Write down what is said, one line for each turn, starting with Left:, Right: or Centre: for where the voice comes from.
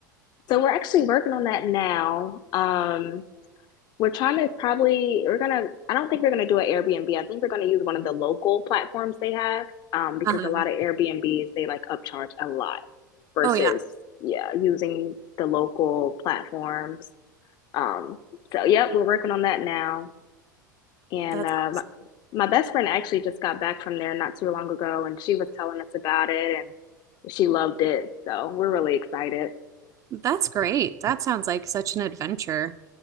Left: So we're actually working on that now. Um, we're trying to probably we're gonna I don't think we're gonna do an Airbnb. I think we're gonna use one of the local platforms they have um, because
Right: Uh-huh.
Left: a lot of Airbnbs they like upcharge a lot versus
Right: Oh yeah,
Left: yeah using the local platforms. Um, so yep, we're working on that now. And
Right: that's
Left: uh,
Right: awesome.
Left: my, my best friend actually just got back from there not too long ago, and she was telling us about it, and she loved it. So we're really excited.
Right: That's great. That sounds like such an adventure.